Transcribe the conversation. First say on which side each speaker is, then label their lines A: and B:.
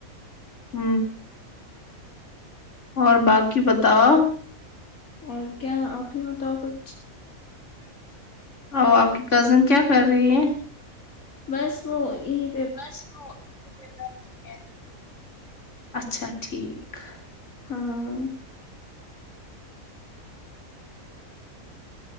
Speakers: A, on the left; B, on the left.
A: ہ اور باقی بتاؤ
B: اور کیا آپ ہی بتاؤ کچھ
A: ا آپ کی کزن کیا کر رہی ہے
B: بس وہ یہ
A: بس کو انتظار کرتی ہے اچھا ٹھیک
B: ہاں